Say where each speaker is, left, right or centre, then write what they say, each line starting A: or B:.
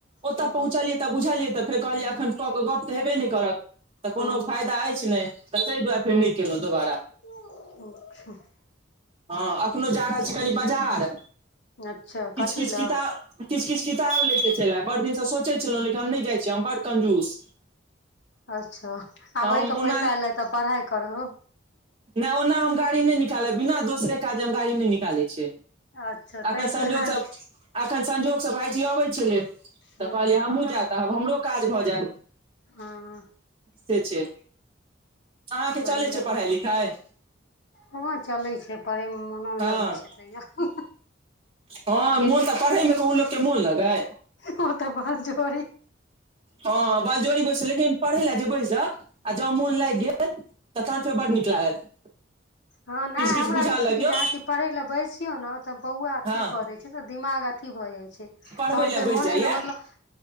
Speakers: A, on the right; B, on the left.
A: ओत
B: हँ
A: पहुँचल त बुझलिय तऽ फेर कहलिय तऽ हेबे नहि करत तऽ
B: हँ
A: कोनो फायदा अछि नहि तऽ ताहि दुआरे
B: हँ
A: फेर नहि केलहुँ दोबारा
B: <unintelligible>
A: हँ अखनो जा रहल छी कनि बाजार
B: अच्छा
A: किछ
B: कथी
A: किछ
B: लए
A: किताब किछ किछ किताब लै के छलै बड़ दिन से सोचै छलहुँ लेकिन हम नहि जाइ छियै हम बड कंजूस
B: अच्छा
A: तऽ
B: आब
A: हम
B: एहिके
A: ओना
B: पैसा एयलै तऽ पढ़ाइ करहो
A: नहि ओना हम गाड़ी नहि निकालब बिना दोसरे काज हम गाड़ी नहि निकालै छियै
B: अच्छा ताहि
A: एखन संजोग
B: दुआरे
A: स एखन संजोग सँ भायजी अबैत छलै तऽ
B: हूँ
A: कहलियै हमहूँ जायब तब हमरो काज भऽ जैत
B: हँ
A: से छै अहाँ के
B: बड़ी
A: चलै
B: बड़ी
A: छै पढ़ाइ लिखाइ
B: हँ चलै छै, पढ़ै मे मनो नहि
A: हँ
B: लगै छै।
A: हँ मोन तऽ पढ़े मे कोनो लोक के मोन लगै
B: अहाँ तऽ बलजोरी
A: हँ, बलजोरी बैस, मुदा पढ़य लेल जे बैस आ जँ मोन लागि गेल तहन फेर बड नीक लागत
B: हँ, नहि,
A: किछु किछु
B: हमरा
A: बुझऽ
B: ई छै
A: लगियौ
B: कि जहाँ पढ़य लेल बैसियो ने, तऽ बौआ
A: हँ
B: ठीक कऽ दैत छै। दिमाग एते भऽ जाइ छै तखन
A: पढ़बै लए
B: फेर
A: बैस
B: मोने
A: जाइया
B: नहि लागैत छै,